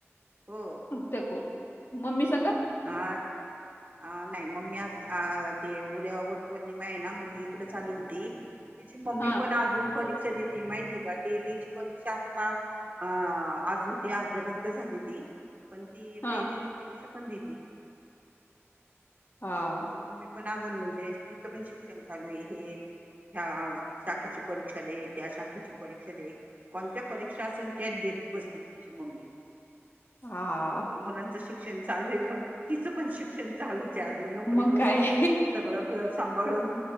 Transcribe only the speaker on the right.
हो.
हा नाही मग मी आ अ ते उद्या वट पौर्णिमा आहे ना मग कुटं चाली होती तिची मम्मी
पण अजून परीक्षा देत माहिती का टीईटी ची परीक्षा आता अ आजून ती आज रद्द झाली ती पण ती
टीटीची परीक्षा पण दिदी
तिची मम्मी पण अजून म्हणजे तिचं पण शिक्षण चालू आहे. ह्या साखीची परीक्षा दे त्या शाखीची परीक्षा दे. कोणत्या परीक्षा असून तेच देत बसली तिची मम्मी.
मुलांच शिक्षण चालू आहे पण तिचं पण शिक्षण चालूच आहे अजून नोकरी
करून
सगळं घर सांभाळून